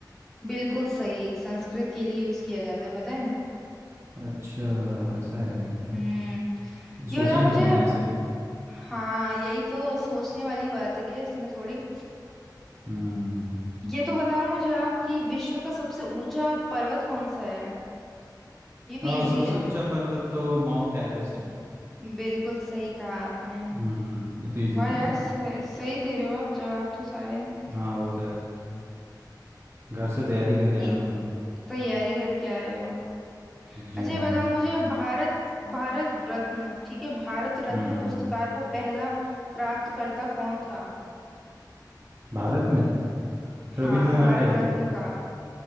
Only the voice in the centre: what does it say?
बिल्कुल सही संस्कृत के लिए यूज किया जाता है पता है
हम्म
ये बताओ
मुझे
हाँ यही तो सोचने वाली बात है क्या इसमें थोड़ी
ये तो बताओ मुझे आप कि विश्व का सबसे ऊंचा पर्वत कौन सा है ये भी
इजी
है
बिल्कुल सही कहा आपने
वाह यार
सही, सही दे रहे हो आप जवाब तो सारे
ये
तैयारी करके आए हो
अच्छा
ये बताओ मुझे भारत भारत रत्न ठीक है भारत रत्न
पुरस्कार को पहला प्राप्तकर्ता कौन था
हाँ भारत
रत्न का